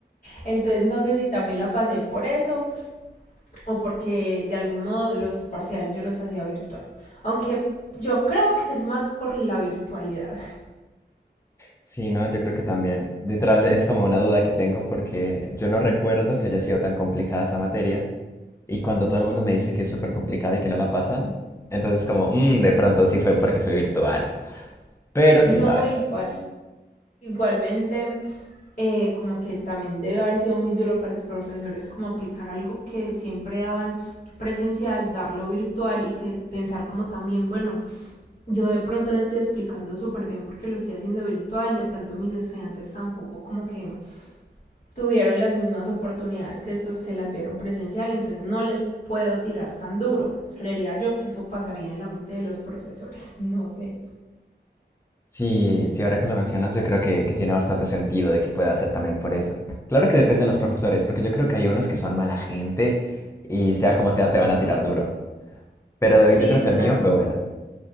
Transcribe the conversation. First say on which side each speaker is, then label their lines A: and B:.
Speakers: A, on the left; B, on the left.
A: Entonces no sé si también la pasé por eso o porque de algún modo los parciales yo los hacía virtual. Aunque yo creo que es más por la virtualidad. <laughs>
B: Sí, no, yo creo que también. Literal es como una duda que tengo porque yo no recuerdo que haya sido tan complicada esa materia. Y cuando todo el mundo me dice que es súper complicado y que no la pasan, entonces como, "Mm, de pronto sí fue porque fue virtual. Pero
A: No
B: quién sabe.
A: igual. Igualmente, eh, como que también debe haber sido muy duro para los profesores como aplicar algo que siempre daban presencial, darlo virtual y que pensar como también, bueno, yo de pronto no estoy explicando súper bien porque lo estoy haciendo virtual, de pronto mis estudiantes tampoco como que tuvieron las mismas oportunidades que estos que las vieron presencial, entonces no les puedo tirar tan duro. Creería yo que eso pasaría en la mente de los profesores, <laughs> no sé.
B: Sí, sí, ahora que lo mencionas, yo creo que, que tiene bastante sentido de que pueda ser también por eso. Claro que depende de los profesores, porque yo creo que hay unos que son mala gente y sea como sea te van a tirar duro. Pero
A: Sí,
B: yo creo
A: claro.
B: que el mío fue bueno.